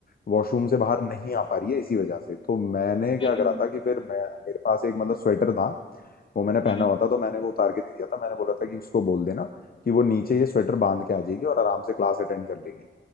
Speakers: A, on the left; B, on the left.
A: वॉशरूम से बाहर नहीं आ पा रही है इसी वजह से तो मैंने क्या
B: हम्म
A: करा
B: हम्म हम्म
A: था कि फिर मैं मेरे पास एक मतलब स्वेटर था वो मैंने पहना
B: हम्म, हम्म,
A: हुआ था तो मैंने वो उतार के दे दिया था मैंने बोला था कि उसको बोल देना कि वो नीचे ये स्वेटर बांध के आ जाएगी और आराम से क्लास अटेंड कर लेगी